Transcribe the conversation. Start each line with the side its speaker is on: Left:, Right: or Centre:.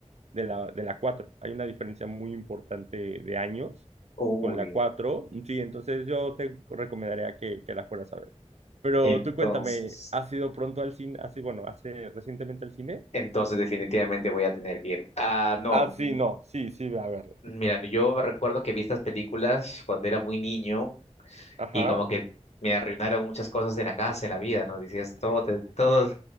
Right: de la, de la cuatro. Hay una diferencia muy importante de años
Left: Uy,
Right: con la cuatro, Sí, entonces yo te recomendaría que, que la fueras a ver. Pero
Left: entonces,
Right: tú cuéntame, ¿has ido pronto al cine? Así, bueno, ¿hace recientemente al cine?
Left: entonces definitivamente voy a tener que ir. Ah, no,
Right: Ah, sí,
Left: mm,
Right: no, sí, sí, ve a verla.
Left: mira, yo me recuerdo que vi estas películas cuando era muy niño
Right: Ajá.
Left: y como que me arruinaron muchas cosas de la casa, en la vida, ¿no? Decías, todo, te- todo.